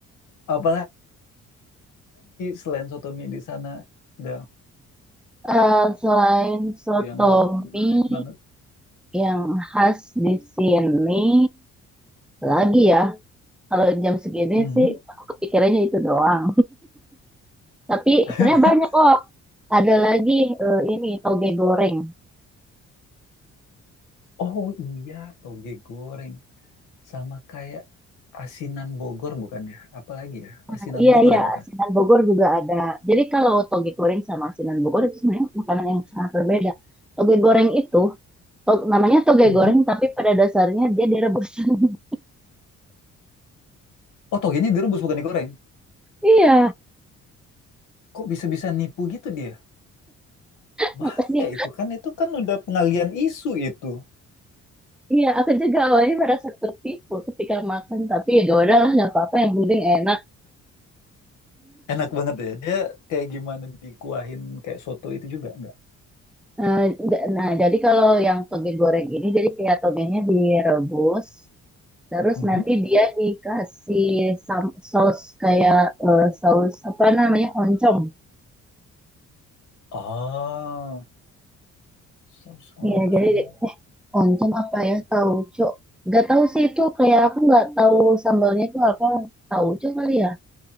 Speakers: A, on the left; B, in the centre.
A: Apalagi selain soto sotomi di sana, dah
B: Eh, selain sotomi
A: yang hype banget.
B: Yang khas di sini lagi ya, kalau jam segini
A: Mhm.
B: sih aku kepikirannya itu doang. Tapi
A: <laughs>
B: sebenarnya banyak kok. Ada lagi eh, ini toge goreng.
A: Oh iya, toge goreng sama kayak asinan Bogor bukan ya? Apalagi ya,
B: Nah,
A: asinan
B: iya
A: Bogor
B: iya,
A: ya bukan?
B: asinan Bogor juga ada. Jadi kalau toge goreng sama asinan Bogor itu sebenarnya makanan yang sangat berbeda. Toge goreng itu to- namanya toge
A: Mhm.
B: goreng tapi pada dasarnya dia direbus. <laughs>
A: Oh toge ini direbus bukan digoreng.
B: Iya,
A: Kok bisa-bisa nipu gitu dia? Bahaya
B: makanya
A: itu kan, itu kan udah pengalian isu itu.
B: iya aku juga awalnya merasa tertipu ketika makan tapi ya udahlah nggak apa-apa yang penting enak.
A: Enak banget ya, dia kayak gimana dikuahin kayak soto itu juga, enggak?
B: Eh, d- Nah, jadi kalau yang toge goreng ini, jadi kayak togenya direbus, terus
A: Mhm.
B: nanti dia dikasih sam- saus kayak eh, saus apa namanya oncom.
A: Ah, saus
B: Iya,
A: oncom.
B: jadi eh oncom apa ya? Tauco. Gak tahu sih itu kayak aku nggak tahu sambalnya itu apa. Tauco kali ya.